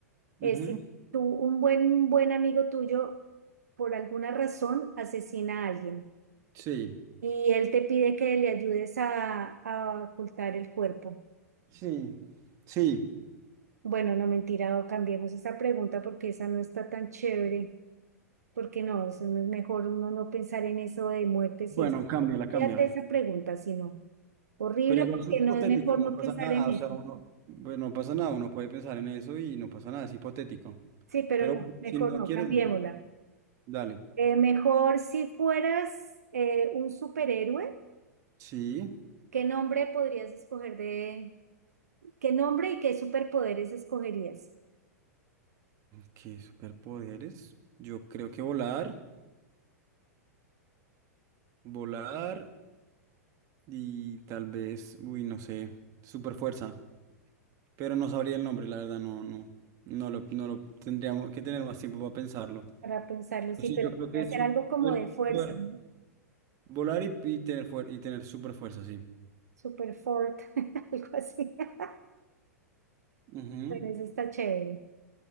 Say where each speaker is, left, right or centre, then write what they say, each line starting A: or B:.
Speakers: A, on the right; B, on the right.
A: Eh,
B: Ujú.
A: si tú, un buen, un buen amigo tuyo, por alguna razón, asesina a alguien
B: Sí.
A: y él te pide que le ayudes a, a ocultar el cuerpo.
B: Sí. Sí.
A: Bueno, no mentira, o cambiemos esa pregunta porque esa no está tan chévere, porque no, eso no es mejor uno no pensar en eso de muerte si
B: Bueno,
A: es.
B: cámbiala, cámbiala.
A: Fíjate esa pregunta, si no. Horrible
B: Pero igual
A: porque
B: es hipotética,
A: no es mejor
B: no
A: no
B: pasa
A: pensar
B: <laughs> nada.
A: en eso.
B: O sea, uno, bueno, no pasa nada. Uno puede pensar en eso y no pasa nada. Es hipotético.
A: Sí, pero
B: Pero
A: no,
B: bueno,
A: mejor
B: si no
A: no,
B: quieres,
A: cambiémosla.
B: no. Dale.
A: Eh, mejor si fueras eh, un superhéroe.
B: Sí.
A: ¿Qué nombre podrías escoger de... ¿Qué nombre y qué superpoderes escogerías?
B: ¿Qué superpoderes? Yo creo que volar. Volar y tal vez, uy, no sé. Super fuerza. Pero no sabría el nombre, la verdad, no, no, no lo, no lo tendríamos que tener más tiempo para pensarlo.
A: Para pensarlo,
B: Pero
A: sí,
B: sí,
A: pero
B: yo creo
A: podría
B: que es
A: ser
B: su-
A: algo como
B: el
A: de fuerza,
B: poder
A: ¿no?
B: volar y, y tener fuer- y tener super fuerza, sí.
A: Super fort, <laughs> algo así. <laughs>
B: Ujú,
A: Bueno, eso está chévere.